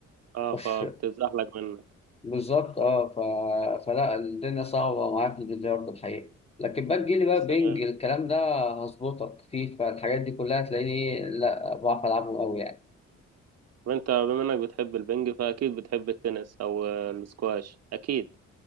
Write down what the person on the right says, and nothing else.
اه
فبتزحلق منك
بس
آه،
وانت بما انك بتحب البنج فأكيد بتحب التنس أو آه، السكواش أكيد